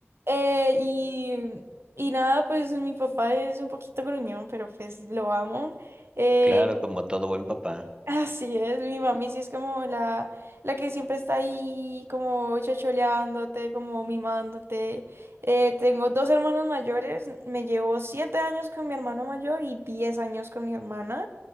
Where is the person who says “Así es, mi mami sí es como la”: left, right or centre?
Right